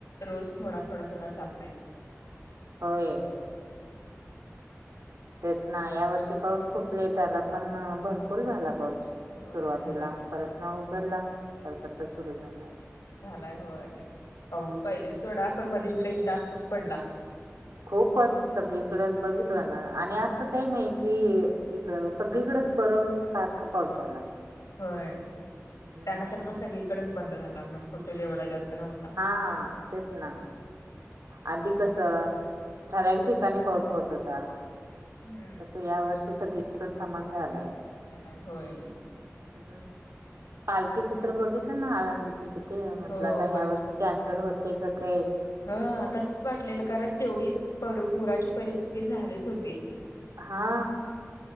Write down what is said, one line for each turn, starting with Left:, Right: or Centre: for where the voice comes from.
Left: रोज थोडा थोडा थोडा चालु
Right: होय. तेच ना यावर्षी पाऊस खूप लेट आला पण भरपूर झाला पाऊस.
Left: होय
Right: सुरुवातीला
Left: झाला पाऊस
Right: परत न उघडला परत आता सुरु झाला.
Left: झालाय होय पाऊस पाहिजेच सोडा पण मध्ये लईच जास्तच पडला.
Right: खूपच सगळीकडेच
Left: हा
Right: बघितलं
Left: हा.
Right: ना आणि असं काही नाही कि इकड सगळीकडेच बरं सारखा पाऊस झाला.
Left: होय
Right: हम्म
Left: त्यानंतर मग सगळीकडेच बंद झाला मग कुठे एवढा जास्त नव्हता.
Right: हा तेच ना. आधी कस ठराविक ठिकाणी पाऊस होत होता.
Left: हम्म
Right: तसं या वर्षी सगळीकड समान झालाय.
Left: झालाय होय.
Right: हम्म पालखीच तर बघितलं ना आळंदीच. किती म्हंटलं
Left: हो
Right: आता ह्या वर्षी कॅन्सल होते क काय?
Left: ह तसच वाटलेलं कारण तेवढी पुराची परिस्थिती झालीच होती.
Right: हा.